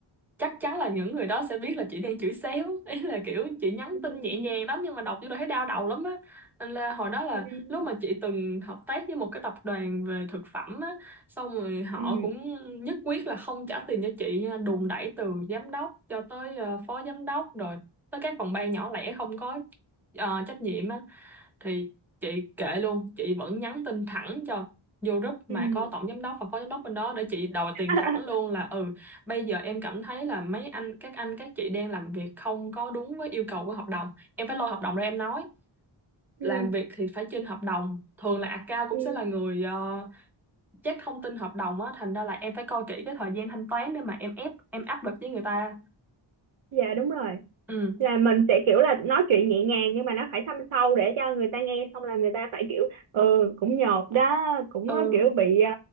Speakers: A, in the centre; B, on the right (about 85°).
A: chắc chắn là những người đó sẽ biết là chị đang chửi xéo <laughs> ý là kiểu chị nhắn
B: ừ
A: tin nhẹ nhàng lắm nhưng mà đọc vô đó thấy đau đầu lắm á nên là hồi đó là
B: ừ
A: lúc mà chị từng hợp tác với một cái tập đoàn về thực phẩm á xong rồi họ
B: ừ
A: cũng nhất quyết là không trả tiền cho chị nha đùn đẩy từ giám đốc cho tới ờ, phó giám đốc rồi tới các phòng ban nhỏ lẻ không có ờ, trách nhiệm á thì chị kệ luôn chị vẫn nhắn tin thẳng cho vô group mà
B: ừ.
A: có
B: ừ.
A: tổng giám đốc và phó giám đốc bên đó để chị đòi
B: <laughs>
A: tiền thẳng luôn là ừ bây giờ em cảm thấy là mấy anh các anh các chị đang làm việc không có đúng với yêu cầu của hợp đồng em phải lôi hợp đồng ra em nói
B: Ừ.
A: làm việc thì phải trên hợp đồng thường là account cũng
B: Ừ.
A: sẽ là người uh, check thông tin hợp đồng á thành ra là em phải coi kỹ cái thời gian thanh toán để mà em ép em áp lực với người ta
B: Dạ đúng rồi
A: ừ
B: là mình sẽ kiểu là nói chuyện nhẹ nhàng nhưng mà nó phải thâm sâu để cho người ta nghe xong là người ta phải kiểu ừ cũng nhột đó cũng
A: ừ
B: ờ, kiểu bị ờ,